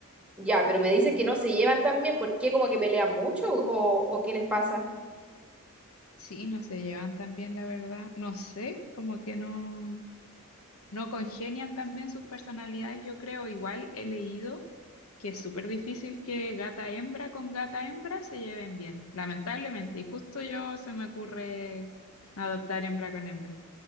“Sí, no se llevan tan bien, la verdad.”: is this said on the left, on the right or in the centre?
Left